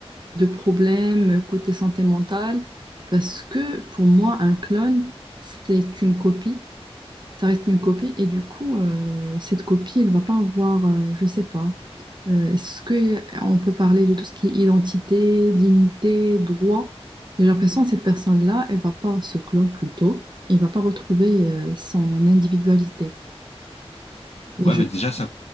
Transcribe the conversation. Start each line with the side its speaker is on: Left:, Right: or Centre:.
Right: de problèmes euh, côté santé mentale parce que pour moi, un clone, c'est une copie ça reste une copie et du coup, euh, cette copie, elle va pas avoir, euh, je sais pas, euh, est-ce que on peut parler de tout ce qui est identité, dignité, droit? J'ai l'impression que cette personne-là, elle va pas se clore plus tôt, elle va pas retrouver euh, son individualité. Et
Left: Ouais,
Right: je...
Left: mais déjà, ça,